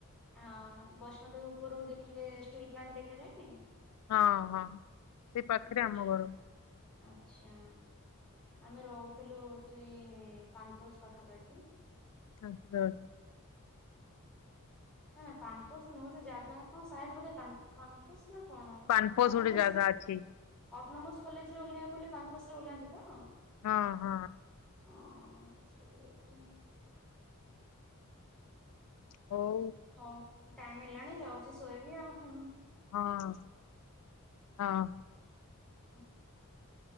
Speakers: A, in the centre; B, on the left.
A: ହଁ ବୈଷ୍ଣଦେବୀ ଉପରୁ ଦେଖିଲେ ଷ୍ଟିଲ୍ ପ୍ଲାଣ୍ଟ ଦେଖାାଯାଏନି।
B: ହଁ ହଁ ସେଇ ପାଖରେ
A: ବୈଷ୍ଣ
B: ଆମ ଘର।
A: ଆଚ୍ଛା ଆମେ ରହୁଥିଲୁ ସେଇ ପାନପୋଜ ପାଖାପାଖି।
B: ଆଛା
A: ନା ନା ପାନପୋ ନୁହଁ ସେ ଜାଗା ହ ସାଇଡ ବୋଟେ ପ୍ରୃଶନା କ'ଣ
B: ପାନପୋଷ
A: ଆଉ
B: ଗୋଟେ
A: ନମସ୍କାର।
B: ଜାଗା ଅଛି
A: ଅଟୋନୋମସ କଲେଜରେ ଓହ୍ଲାଇବାକୁ ହେଲେ ପାନପସ ରେ ଓ୍ଲାନ୍ତି ତ।
B: ହଁ ହଁ।
A: <inaudible>
B: ହଉ।
A: ହଉ ଟାଇମ ହେଲାଣି ଯାଉଛି ଶୋଇବି ଆଉ ହଁ।
B: ହଁ ହଁ।
A: <inaudible>